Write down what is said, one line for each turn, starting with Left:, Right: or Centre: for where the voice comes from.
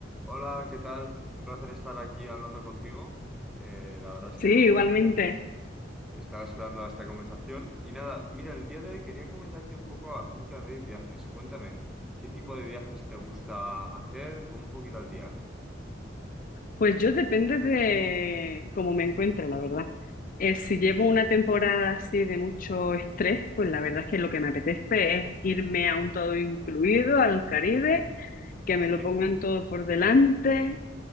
Centre: Hola, ¿qué tal? Un placer estar aquí hablando contigo. Eh, la verdad es
Left: Sí,
Centre: que, bueno,
Left: igualmente.
Centre: estaba esperando a esta conversación. Y nada, mira, el día de hoy quería comentarte un poco acerca de viajes. Cuéntame, ¿qué tipo de viajes te gusta hacer? Pon un poquito al día.
Left: Pues yo depende de cómo me encuentre, la verdad. Eh, si llevo una temporada así de mucho estrés, pues la verdad es que lo que me apetece es irme a un todo incluido, al Caribe, que
Centre: ¿Sí?
Left: me lo
Centre: O
Left: pongan todo por delante,